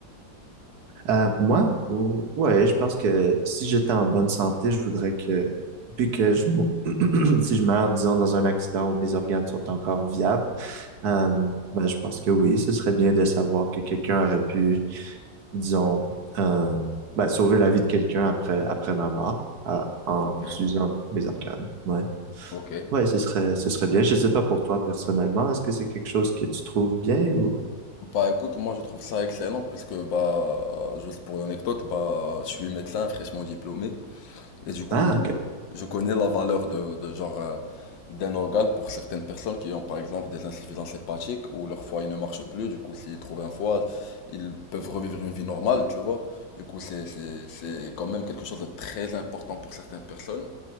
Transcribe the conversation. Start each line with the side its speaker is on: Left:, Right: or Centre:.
Right: Euh, moi, ou- ouais, je pense que si j'étais en bonne santé, je voudrais que, puis que je, mou- <clears throat> si je meurs, disons, dans un accident où mes organes sont encore viables, euh, ben, je pense que oui, ce serait bien de savoir que quelqu'un aurait pu, disons, euh, ben, sauver la vie de quelqu'un après, après ma mort, euh, en
Left: Ok.
Right: utilisant mes organes. Ouais.
Left: Ok.
Right: Ouais, ce serait, ce serait bien. Je sais pas pour toi personnellement, est-ce que c'est quelque chose que tu trouves bien ou?
Left: Bah écoute, moi je trouve ça excellent puisque bah juste pour l'anecdote, bah je suis médecin fraîchement diplômé Et du coup,
Right: Ah, ok.
Left: je connais la valeur de, de genre euh, d'un organe pour certaines personnes qui ont par exemple des insuffisances hépatiques ou leur foie il ne marche plus. Du coup, s'ils trouvent un foie, ils peuvent revivre une vie normale, tu vois. Du coup, c'est, c'est, c'est quand même quelque chose de très important pour certaines personnes.